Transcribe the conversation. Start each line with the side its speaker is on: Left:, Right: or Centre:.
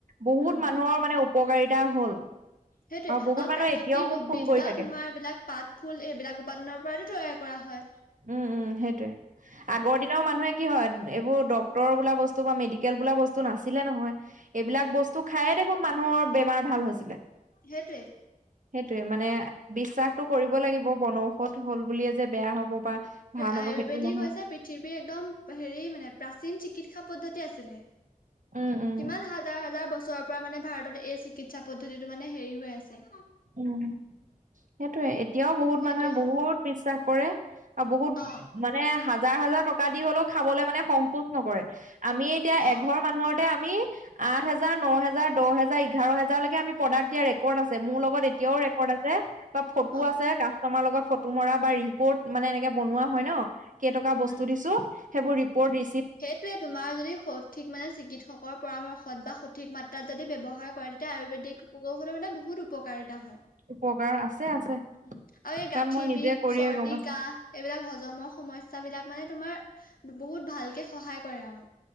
Right: বহুত
Left: উম
Right: মানুহৰ মানে উপকাৰিতা হ'ল।
Left: সেইটোয়ে
Right: বহুত
Left: আৰু
Right: মানুহে
Left: প্ৰাকৃতিক
Right: এতিয়াও মোক
Left: উদ্ভিদ
Right: ফোন কৰি
Left: বা
Right: থাকে
Left: তোমাৰ এইবিলাক পাত ফুল এইবিলাক উপাদানৰ পৰাতো তৈয়াৰ কৰা হয়।
Right: উম উম, সেইটোৱে। আগৰ দিনাও মানুহে কি হয় এইবোৰ ডক্টৰ বোলা বস্তু বা মেডিকেল বোলা বস্তু নাছিলে নহয়। এইবিলাক বস্তু খায়ে দেখোন মানুহৰ বেমাৰ ভাল হৈছিলে।
Left: সেইটোৱে।
Right: সেইটোৱে মানে বিশ্বাসতটো কৰিব লাগিব বনৌষধ হ'ল বুলিয়ে যে বেয়া হ'ব বা ভাল
Left: আয়ুৰ্বেদিক
Right: হ'ব সেইটো নহয়
Left: হৈছে পৃথিৱীৰ একদম হেৰি মানে প্ৰাচীন চিকিৎসা পদ্ধতি আছিলে।
Right: উম উম
Left: কিমান হাজাৰ হাজাৰ বছৰৰ পৰা মানে ভাৰতত এই চিকিৎসা পদ্ধতিটো মানে হেৰি হৈ আছে।
Right: উম সেইটোৱে এতিয়াও বহুত
Left: সেইটোৱে
Right: মানুহে বহুত বিশ্বাস কৰে আৰু বহুত
Left: অ'
Right: মানে হাজাৰ হাজাৰ টকা দি হ'লেও খাবলৈ মানে সংকোচ নকৰে, আমি এতিয়া
Left: অ অ
Right: এঘৰ মানুহতে আমি আঠ হাজাৰ, ন' হেজাৰ, দহ হজাৰ, এঘাৰ হাজাৰলৈকে আমি প্ৰডাক দিয়া ৰেকৰ্ড আছে মোৰ লগত এতিয়াও ৰেকৰ্ড আছে বা ফটো
Left: অ',
Right: আছে কাষ্টমাৰৰ লগত ফটো মাৰা বা ৰিপৰ্ট মানে এনেকে বিনোৱা
Left: উম,
Right: হয় ন' কেইটকা বস্তু
Left: উম।
Right: দিছোঁ সেইবোৰ ৰিপৰ্ট ৰি
Left: সেইটোৱে তোমাৰ যদি সঠিক মানে চিকিৎসকৰ পৰামৰ্শত বা সঠিক মাত্ৰাত যদি ব্যৱহাৰ কৰে তেতিয়া আয়ুৰ্বেদিক <unintelligible> মানে বহুত উপকাৰ তা হয়
Right: উপকাৰ আছে আছে
Left: উম, আৰু এই
Right: কাৰণ
Left: গাঁঠিৰ
Right: মই নিজে
Left: বিষ,
Right: কৰিয়ে
Left: চৰ্দি
Right: গম আছো
Left: কাহ এইবিলাক হজমৰ সমস্য বিলাক মানে তোমাৰ বহুত ভালকে সহায় কৰে আৰু।